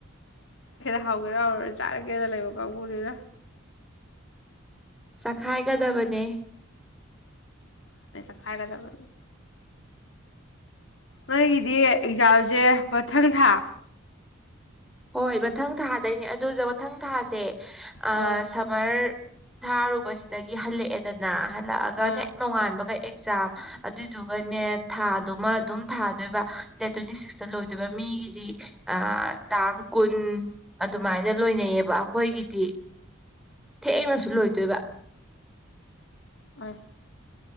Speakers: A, on the left; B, in the centre.
A: ꯍꯧꯒꯦꯔꯥ ꯍꯧꯔꯔꯦ ꯆꯥꯔꯒꯦꯅ ꯂꯩꯕ ꯀꯥꯡꯕꯨꯅꯤꯅ
B: ꯁꯈꯥꯏ ꯀꯗꯥꯕꯅꯦ
A: ꯒꯗꯕꯅꯤ ꯅꯣꯏꯒꯤꯗꯤ ꯑꯦꯛꯖꯥꯝꯁꯦ ꯃꯊꯪ ꯊꯥ
B: ꯍꯣꯏ ꯃꯊꯪ ꯊꯥꯗꯩꯅꯦ ꯑꯗꯨꯖ ꯃꯊꯪ ꯊꯥꯁꯦ ꯑ
A: ꯑꯣ
B: ꯁꯝꯔ ꯊꯥꯔꯨꯕꯁꯤꯗꯒꯤ ꯍꯜꯂꯛꯑꯦꯗꯅ ꯂꯥꯛꯑꯒ
A: ꯑꯥ
B: ꯍꯦꯛ ꯅꯣꯡꯉꯥꯟꯕꯈꯩ ꯑꯦꯛꯖꯥꯝ ꯑꯗꯨꯏꯗꯨꯒꯅꯦ ꯊꯥꯗꯨꯃ ꯑꯗꯨꯝ ꯊꯥꯗꯣꯏꯕ ꯗꯦꯠ ꯇ꯭ꯋꯦꯟꯇꯤꯁꯤꯛꯁꯇ ꯂꯣꯏꯗꯨꯏꯕ ꯃꯤꯒꯤꯗꯤ ꯑꯥ ꯇꯥꯡ ꯀꯨꯟ ꯑꯗꯨꯃꯥꯏꯅ ꯂꯣꯏꯅꯩꯌꯦꯕ ꯑꯈꯣꯏꯒꯤꯗꯤ, ꯊꯦꯡꯅꯁꯨ ꯂꯣꯏꯗꯨꯢꯕ꯫
A: ꯑꯥꯢ,